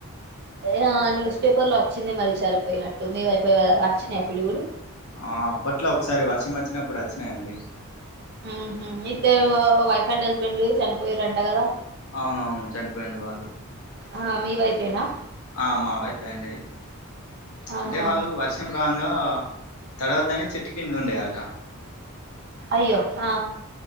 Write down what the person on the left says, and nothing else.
ఆ అప్పట్లో ఒకసారి వర్షం వచ్చినప్పుడు వచ్చినాయండి.
అవునవును చనిపోయింరు వాళ్ళు.
ఆ మా వైపో అండి
అంటే వాళ్ళు వర్స. వర్షం రాగా తడవద్దని చెట్టు కింద ఉండే ఆట.